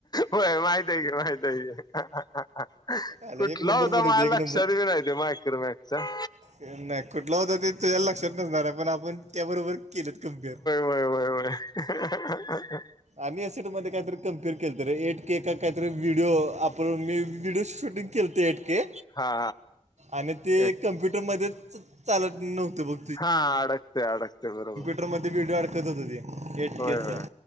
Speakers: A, on the left (about 35°); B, on the right (about 80°).
A: होय माहित आहे, कि माहित आहे. <unintelligible>
B: आला
A: कुठला
B: एक नंबर
A: होता,
B: पुढे
A: माझ्या
B: होती एक
A: लक्षात
B: नंबर
A: बी नाही तो मायक्रोमॅक्सचा.
B: नाही कुठला होता, ते तुझ्या लक्षात नसणार आहे, पण आपण त्या बरोबर केलतं कम्पेअर.
A: होय होय होय. हा हा हा.
B: आम्ही सेट मध्ये काहीतरी कम्पेअर केलंत रे एट केका काहीतरी व्हिडिओ आपण मी. व्हिडिओ शूटिंग केलं ते एटके
A: हा
B: आणि ते
A: तेच की
B: कम्प्युटरमध्येच. चालत नव्हतं बघ.
A: हा अडकते, अडकते बरोबर.
B: ट्रॅक्टरमध्ये व्हडिओ आडकत हो ते एटकेच.
A: होय होय होय